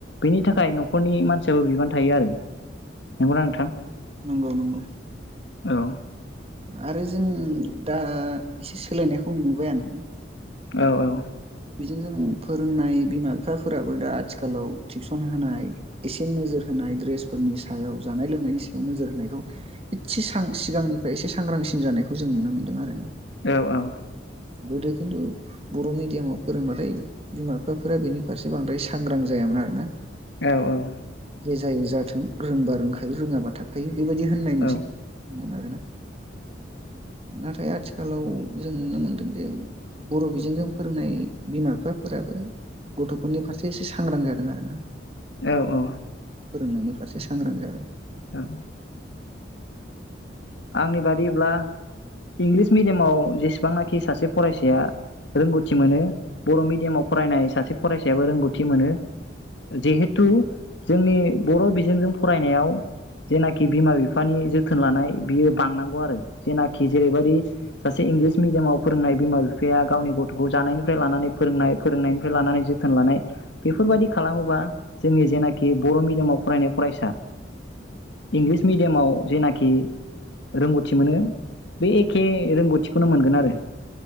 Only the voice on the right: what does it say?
नंगौ नंगौ
आरो जों दा एसे सोलायनायखौ नुबायानो।
बिनो जों फोरोंनाय बिमा बिफाफोराबो दा आथिखालाव टिउसन होनाय एसे नोजोर होनाय ड्रेसफोरनि सायाव जानाय लोंनायनि सायाव नोजोर होनायखौ एसे सां सिगांनिफ्राय एसे सांग्रांसिन जानायखौ जों नुनो मोनदों आरोना
गोदो खिन्थु बर' मिडियामाव फोरोंबाथाय बिमा बिफाफोरा बेनि फारसे बांद्राय सांग्रां जायामोन आरोना।
दे जायो जाथों रोंबा रोंखायो रोङाबा थाख फायो बेबायदि होननाय मोनसे
आरोना। नाथाय आथिखालाव जों नुनो मोनदों जे बर' बिजोंजों फोरोंनाय बिमा बिफाफोराबो गथ'फोरनि फारसे एसे सांग्रां जादों आरोना।
फोरोंनायनि फारसे सांग्रां जागोन।